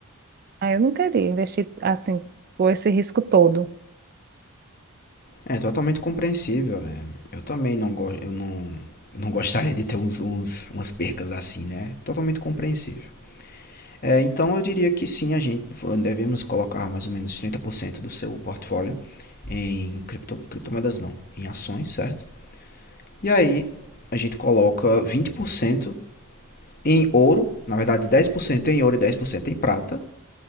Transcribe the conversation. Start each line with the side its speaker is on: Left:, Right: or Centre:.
Right: Ah, eu não queria investir assim, com esse risco todo.
Left: é totalmente compreensível. é. Eu também não gosto, eu não não gostaria de ter uns, uns- umas percas assim, né? Totalmente compreensível. É, então eu diria que sim, a gente devemos colocar mais ou menos 30% do seu portfólio em cripto, criptomoedas não, em ações, certo? E aí a gente coloca 20% em ouro, na verdade 10% em ouro e 10% em prata,